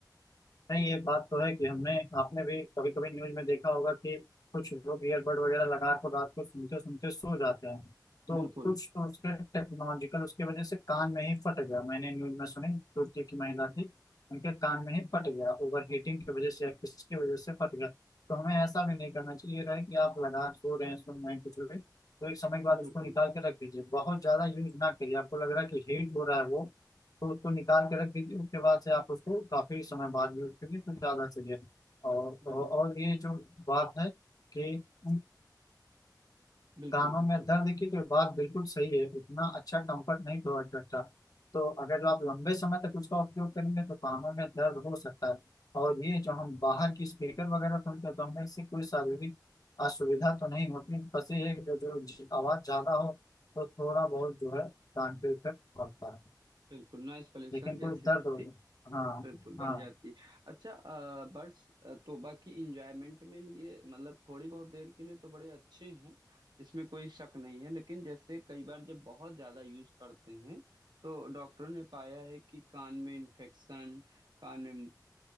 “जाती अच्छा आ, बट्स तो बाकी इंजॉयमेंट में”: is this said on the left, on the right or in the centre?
Right